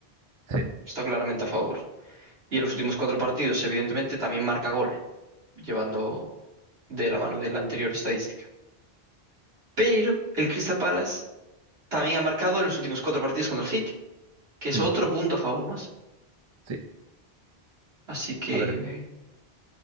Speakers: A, on the right; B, on the right.
A: Sí,
B: Está claramente a favor. Y en los últimos cuatro partidos, evidentemente, también marca gol, llevando de la mano de la anterior estadística. Pero el Crystal Palace también ha marcado en los últimos cuatro partidos contra el City, que es
A: mm,
B: otro punto a favor más.
A: sí.
B: Así que
A: A ver,
B: eh,